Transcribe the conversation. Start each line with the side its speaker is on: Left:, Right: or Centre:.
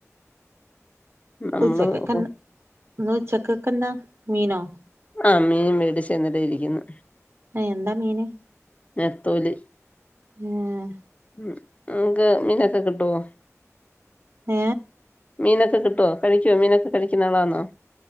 Left: നമ്മള്
Right: ഉച്ചക്കെക്കന്ന് ഇന്ന് ഉച്ചക്കെക് എന്താ മീനോ
Left: ആ മീൻ മേടിച്ചെന്നിട്ട് ഇരിക്കുന്നു
Right: എ എന്താ മീന്
Left: നെത്തോലി
Right: ഏഹ്
Left: ഉം നിക്ക് മീനൊക്കെ കിട്ടുവോ
Right: ഏ
Left: മീനൊക്കെ കിട്ടോ കഴിക്കോ മീനൊക്കെ കഴിക്കുന്ന ആളാന്നോ